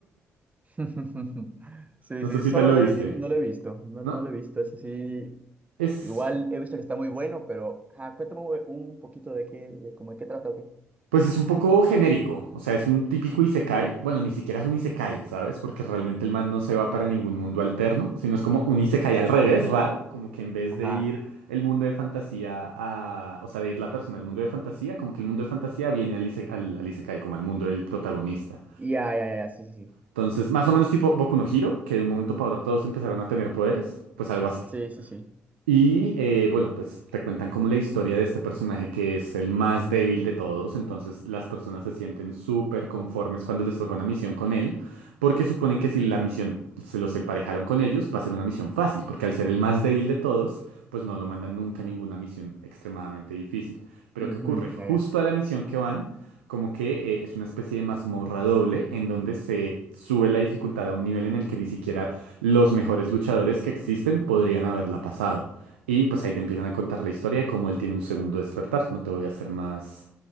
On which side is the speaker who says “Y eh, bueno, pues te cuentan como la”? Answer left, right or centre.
Right